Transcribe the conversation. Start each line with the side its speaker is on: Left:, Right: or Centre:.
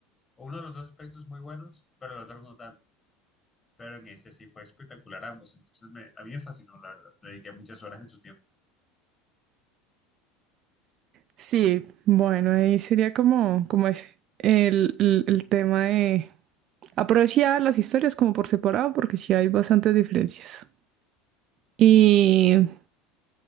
Left: o uno de los dos aspectos muy buenos, pero los otros no tanto. Pero en este sí fue espectacular ambos, entonces me, a mí me fascinó, la verdad. Le dediqué muchas horas en su tiempo.
Right: Sí, bueno, ahí sería como, como es el, el- el tema de aprovechar las historias como por separado, porque sí hay bastantes diferencias. Y,